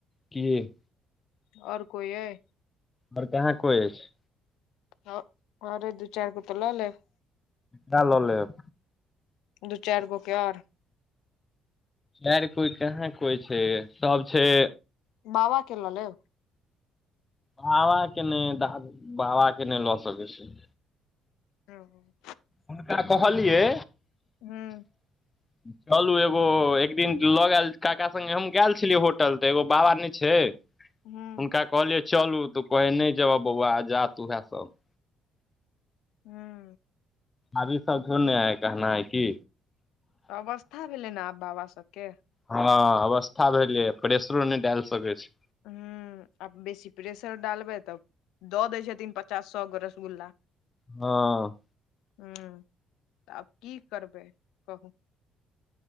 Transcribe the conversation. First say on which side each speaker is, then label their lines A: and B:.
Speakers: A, on the left; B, on the left.
A: की
B: आओर कोइ अइ
A: आओर कहाँ कोइ अछि
B: हँ आर दू चारिगो त ललेब
A: साहए ललेब
B: दू चार गो के आऔर
A: आर कोइ कहाँ कोइ छै सब छै
B: बाबा के ल लेब
A: बाबा के नहि दा बाबा के नहि लऽ सकै छी
B: हुँ
A: हुनका कहलियै
B: हुँ
A: <inaudible> चलू एगो एक दिन लऽ गेल काका संगे हम गेल छलियै होटल तऽ एगो बाबा ने छै
B: ह ह
A: हुनका कहलियै चलू तू कहै नहि जेबह बौआ जा तूएह सभ
B: हुँ
A: अभी सब धुन हयै कहनाय की
B: अवस्था भेलै ने आब बाबा सभके
A: हँ अवस्था भेलै प्रेेशरो नहि डालि सकैत छी
B: हुँ अब बेसी प्रेशर डालबै तब दऽ दै छथिन पचास सए गो रसगुल्ला
A: हँ
B: हुँ तऽ आब की करबै कहू